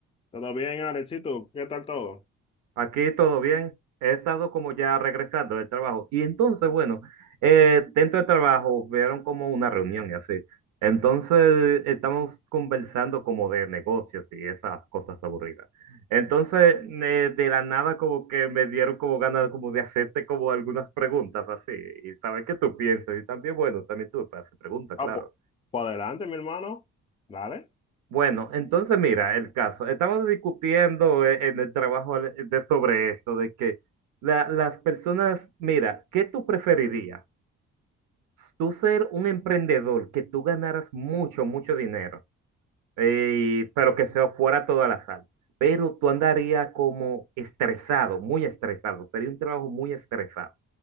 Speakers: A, on the left; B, on the right.
A: ¿Todo bien, Alexito? ¿Qué tal todo?
B: Aquí todo bien. He estado como ya regresando del trabajo. Y entonces, bueno, eh, dentro del trabajo vieron como una reunión y así. Entonces estamos conversando como de negocios y esas cosas aburridas. Entonces, eh, de la nada como que me dieron como ganas como de hacerte como algunas preguntas así y saber qué tú piensas. Y también, bueno, también tú te haces preguntas,
A: Ah,
B: claro.
A: pues, pues adelante, mi hermano. Dale.
B: Bueno, entonces mira, el caso. Estamos discutiendo eh, en el trabajo al- de, sobre esto, de que la- las personas, mira, ¿qué tú preferirías? Tú ser un emprendedor, que tú ganaras mucho, mucho dinero, eh, y- pero que se fuera todo la sal, pero tú andarías como estresado, muy estresado, sería un trabajo muy estresado.